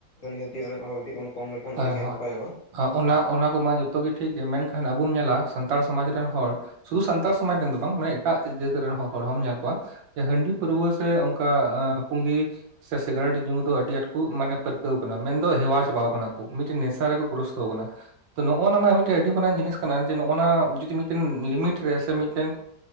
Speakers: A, on the left; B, on the right.
A: ᱱᱤᱦᱟᱹᱛᱤ ᱚᱱᱮ ᱚᱱᱟ ᱠᱟᱹᱴᱤᱡ ᱵᱚᱱ ᱠᱚᱢ ᱞᱮᱠᱷᱟᱱ
B: <unintelligible> ᱦᱳᱭ
A: ᱟᱹᱰᱤ ᱜᱮ ᱱᱟᱯᱟᱭᱚᱜᱼᱟ
B: ᱾ ᱚᱱᱟ ᱚᱱᱟ ᱠᱚᱢᱟ ᱡᱚᱛᱚ ᱜᱮ ᱴᱷᱤᱠ ᱜᱮᱭᱟ, ᱢᱮᱱᱠᱷᱟᱱ ᱟᱵᱚᱢ ᱧᱮᱞᱟ ᱥᱟᱱᱛᱟᱲ ᱥᱚᱢᱟᱡᱽ ᱨᱮᱱ ᱦᱚᱲ ᱥᱩᱫᱷᱩ ᱥᱟᱱᱛᱟᱲ ᱥᱚᱢᱟᱡᱽ ᱨᱮᱱ ᱫᱚ ᱵᱟᱝ ᱢᱟᱱᱮ ᱮᱴᱟᱜ ᱡᱟᱹᱛ ᱨᱮᱱ ᱦᱚᱲ ᱦᱚᱸᱢ ᱧᱮᱞ ᱠᱚᱣᱟ ᱾ ᱦᱟᱺᱰᱤ ᱯᱟᱹᱨᱣᱟᱹ ᱥᱮ ᱚᱱᱠᱟ ᱯᱩᱸᱜᱤ ᱥᱮ ᱥᱤᱜᱟᱨᱮᱴ ᱧᱩ ᱫᱚ ᱟᱹᱰᱤ ᱟᱸᱴ ᱠᱚ ᱢᱟᱱᱮ ᱯᱟᱹᱨᱠᱟᱹᱣ ᱟᱠᱟᱱᱟ, ᱢᱮᱱᱫᱚ ᱦᱮᱣᱟ ᱪᱟᱵᱟᱣ ᱟᱠᱟᱱᱟ ᱠᱚ ᱢᱤᱫᱴᱮᱱ ᱱᱮᱥᱟ ᱨᱮᱠᱚ ᱜᱨᱩᱥᱛᱚ ᱟᱠᱟᱱᱟ ᱾ ᱛᱚ ᱱᱚᱜᱼᱚᱱᱟ ᱢᱟᱨᱟᱝ ᱢᱤᱫᱴᱮᱱ ᱟᱹᱰᱤ ᱢᱟᱨᱟᱝ ᱡᱤᱱᱤᱥ ᱠᱟᱱᱟ ᱡᱮ ᱱᱚᱜᱼᱚ ᱱᱚᱣᱟ ᱡᱩᱫᱤ ᱢᱤᱫᱴᱮᱱ ᱞᱤᱢᱤᱴ ᱨᱮ ᱥᱮ ᱢᱤᱫᱴᱮᱱ